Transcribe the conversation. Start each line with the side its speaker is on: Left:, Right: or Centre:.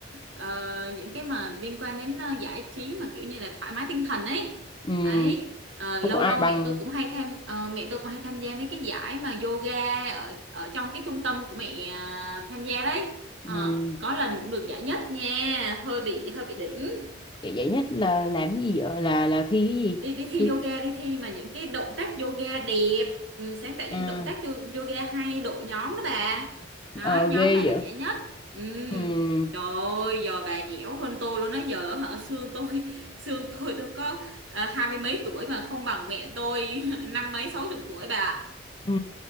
Right: ờ, những cái mà liên quan đến ờ, giải trí mà kiểu như là thoải mái tinh thần ấy
Left: ừ
Right: ấy Ờ, lâu
Left: không ai
Right: lâu
Left: bằng
Right: mẹ tôi cũng hay tham ờ, mẹ tôi cũng hay tham gia mấy cái giải mà yoga ở ở trong cái trung tâm của mẹ ờ, tham gia đấy
Left: ừ
Right: Ờ, có lần cũng được giải nhất nha hơi bị hơi bị đỉnh
Left: vậy vậy nhất là làm cái gì vậy là là thi
Right: đi đi thi
Left: cái
Right: yoga
Left: gì thi
Right: đi thi mà những cái động tác yoga đẹp ừ, sáng tạo
Left: à
Right: những động tác yo- yoga hay đội nhóm đó bà đó
Left: ờ ghê
Right: nhóm bà
Left: vậy
Right: được giải nhất ừ.
Left: ừ
Right: trời ơi giờ bà dẻo hơn tôi luôn đó giờ hả xương tôi <laughs> xương tôi tôi có ờ, hai mươi mấy tuổi mà không bằng mẹ tôi <laughs> năm mấy sáu chục tuổi bà
Left: Ừ,